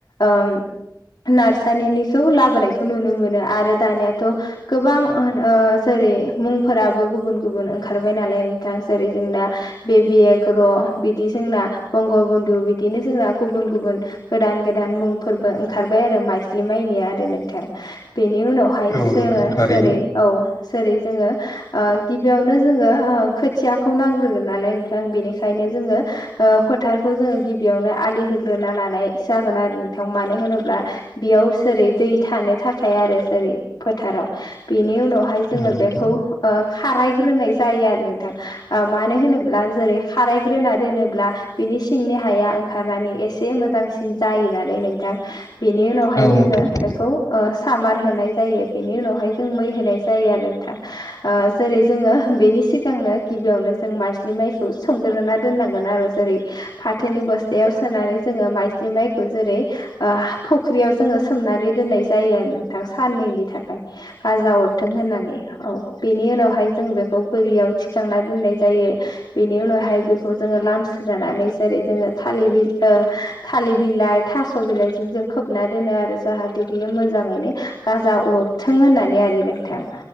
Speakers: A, on the left; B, on the left.
A: ओम नार्सानिनिखौ लाबोनायखौ नुनो मोनो आरो दानियाथ' गोबां ओ जरै मुंफोराबो गुबुन गुबुन ओंखारबाय नालाय नोंथां जेरै जोंना बेबि ग्र' बिदि जोंना बंग बन्धु बिदिनो जोंना गुबुन गुबुन गोदान गोदान मुंफोरबो ओंखारबाय आरो माइज्लि माइनिया आरो नोंथां बेनि उनाव हाय
B: औ
A: सोङो
B: नोंथां थारैनो
A: जेरै औ जेरै जोंङो ओ गिबियावनो जोंङो ओ खोथियाखौ नांग्रोगोन नालाय नोंथां बेनिखायनो जोंङो ओ फोथारखौ जोंङो गिबियावनो आलि होग्रोना लानाय जागोन आरो नोंथां मानो होनोब्ला बेयाव सोरै दै थानो थाखाय आरो जेरै फोथाराव बिनि उनाव बाहाय जोंङो
B: औ नोंथां
A: बेखौ ओ खारायग्रोनाय जायो आरो नोंथां ओ मानो होनोब्ला जेरै खारायग्रोना दोनोब्ला बिनि सिंनि हाया ओंखारनानै एसे मोजांसिन जायो नालाय नोंथां। बेनि उनावहाय
B: औ नोंथां औ
A: जोंङो
B: नोंथां
A: बेखौ ओस सामार होनाय जायो बेनि उनावहाय जों मै होनाय जायो आरो नोंथां। ओ जेरै जोंङो बेनि सिगांनो गिबियावनो जों माज्लि माइखौ सोमग्रोना दोननांगोन आरो जेरै फाथोनि बस्थायाव सोनानै जोंङो माइज्लि माइखौ जेरै ओ फुब ख्रियाव जोंङो सोमनानै दोननाय जायो आरो नोंथां साननैनि थाख फाय गाजा अरथों होननानै औ बेनि उनावहाय जों बेखौ बोरियाव थिखांना दोननाय जायो। बेनि उनावहाय बेखौ जोंङो लाम सोनानै जेरै जोंङो थालिर बि ओ थालिर बिलाइ थास' बिलाइजों जों खोबना दोनो आरो जाहाथे बियो मोजांङैनो गाजा अरथों होननानै आरो नोंथां।